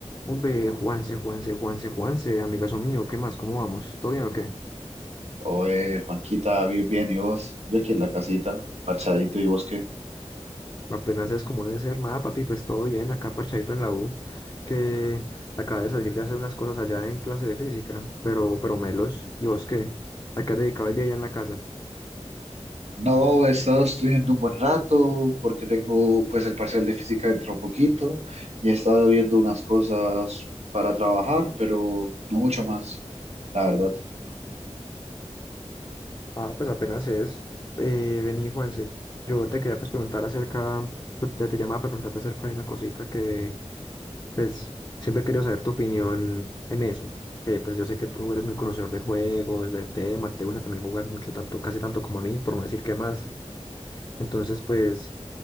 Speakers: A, on the left; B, on the right.
A: Hombre, Juanse, Juanse, Juanse, Juanse, amigazo mío, ¿qué más? ¿Cómo vamos? ¿Todo bien o qué?
B: Oye, Juanquita, bien, bien, ¿y vos? Yo aquí en la casita, parchadito, ¿y vos qué?
A: Apenas es como debe ser, nada, papito, es todo bien, acá parchadito en la U, que acabé de salir de hacer unas cosas allá en clase de física, pero, pero melos, ¿y vos qué? ¿A qué has dedicado el día allá en la casa?
B: No, he estado estudiando un buen rato porque tengo pues el parcial de física dentro poquito y he estado viendo unas cosas para trabajar, pero no mucho más, la verdad.
A: Ah, pues apenas es. Eh, vení, Juanse, yo te quería pues preguntar acerca, pues, te, te llamaba para preguntarte acerca de una cosita que, Pues siempre he querido saber tu opinión en eso, que pues yo sé que tú eres muy conocedor de juegos, del tema, que te gusta también jugar mucho, tanto, casi tanto como a mí, por no decir que más. Entonces, pues